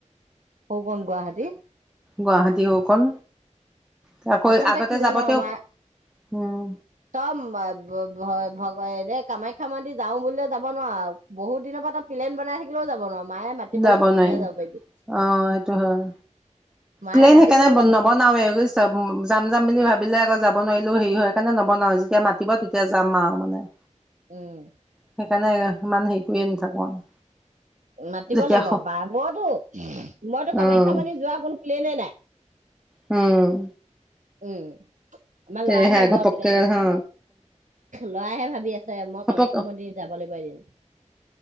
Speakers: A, on the right (about 75°); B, in the centre.
A: সৌ কণ গুৱাহাটী।
B: গুৱাহাটী হও কণ। তাকৌ
A: আচলতে
B: আগতে
A: কি জান
B: যাবতে
A: আমাৰ
B: উম
A: তই ভগ এনে কামাখ্যা মন্দিৰ যাও বুলিলে যাব নোৱাৰ। বহুত দিনৰ পৰা এটা পিলেন বনাই থাকিলেও যাব নোৱাৰ। মায়ে মাতিব
B: যাব
A: লাগিব তেতিয়াহে
B: নোৱাৰি।
A: যাব
B: অ',
A: পাৰিবি
B: সেইটো হয়।
A: মায়ে
B: প্লেইন
A: মাতিব
B: সেইকাৰণে
A: লাগিব উম
B: নবনাওৱে বুইছ। যাম-যাম বুলি ভাবিলে আকৌ যাব নোৱাৰিলেও হেৰি হয়। সেইকাৰণে নবনাও, যেতিয়া মাতিব তেতিয়া যাম আৰু মানে।
A: উম।
B: সেইকাৰণে ইমান হেৰি কৰিয়ে নাথাকো আৰু।
A: মাতিব
B: যেতিয়া
A: লাগিব বা মইতো, মইতো কামাখ্যা
B: অ',
A: মন্দিৰ যোৱা কোনো প্লেনে নাই।
B: উম।
A: উম। আমাৰ
B: তে
A: ল'ৰাহে
B: সেয়া ঘপককে
A: যোৱা প্লেন,
B: হা
A: ল'ৰাহে ভাব আছে মই
B: ঘপক
A: কামাখ্যা মন্দিৰ যাব লাগিব এদিন